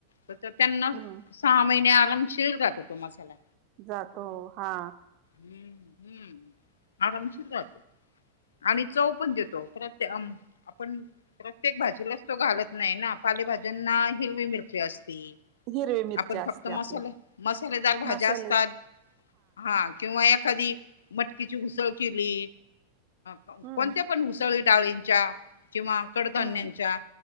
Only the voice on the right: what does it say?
हम्म
जातो हा
हिरवी मिरच्या
असते
आपल्या
मसाले
हम्म
हम्म